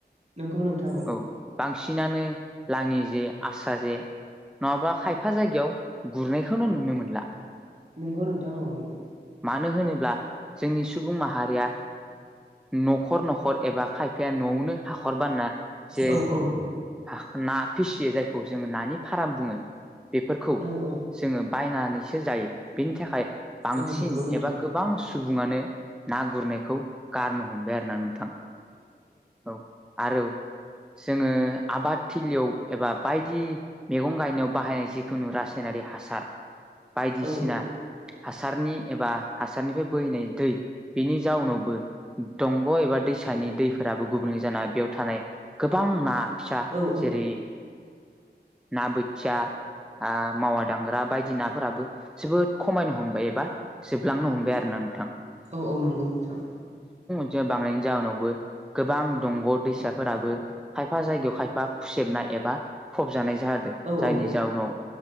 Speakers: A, on the right; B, in the centre.
A: नंगौ नोंथां
B: औ बांसिनानो लाङि जे आस्रा जे नङाबा खायफा जायगायाव गुरनायखौनो नुनो मोनला।
A: नोंगौ नोंथां औ नोंगौ।
B: नो होनोब्ला जोंनि सुबुं माहारिया न'खर न'खर एबा खायफाया न'आवनो हाखर बानायना जे
A: औ औ
B: हाख ना फिसियो जायखौ जोङो नानि फाराम बुङो बेफोरखौ
A: औ औ
B: जोंङो बायनानैसो जायो बेनि थाखाय बांसिन
A: औ नंगौ नोंथां
B: एबा गोबां सुबुंङानो ना गुरनायखौ गारनो हमबाय आरो ना नोंथां औ आरो जोङो आबाद थिलियाव एबा बायदि मेगं गायनायाव बाहायनाय जिखुनु रासाय नारि हासार बायदिसिना
A: औ
B: हास हासारनि एबा हासारनिफ्राय बोहैनाय दै बिनि जाउनावबो दंग' एबा दैसानि दै फोराबो गुबुंलै जाना बेयाव थानाय गोबां ना फिसा
A: औ
B: जेरै ना बोथिया आ मावा दांग्रा बायदि नाफोराबो जोबोद खमायनो हमबाय एबा जोबलांनो हमबाय आरो ना नोंथां
A: औ औ नंगौ नोंथां
B: ज बांनि जाहोनावबो गोबां दंग' दैसाफोराबो खायफा जायगायाव खायफा फुसेबनाय एबा फबजानाय जादों
A: औ
B: जायनि
A: औ
B: जाउनाव